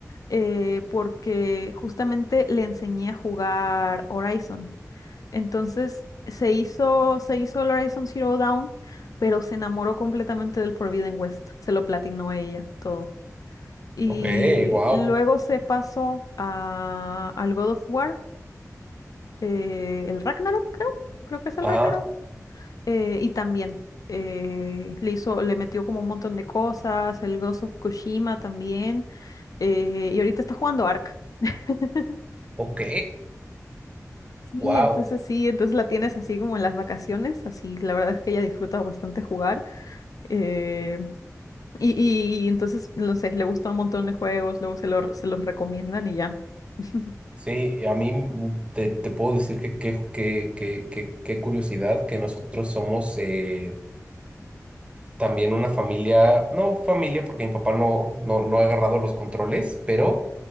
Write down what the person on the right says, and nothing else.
Ok, wow.
Ah,
ok,
wow.
Sí, a mí mm, te, te puedo decir que qué que, que, que, qué curiosidad que nosotros somos eh, también una familia, no familia porque mi papá no, no, no ha agarrado los controles, pero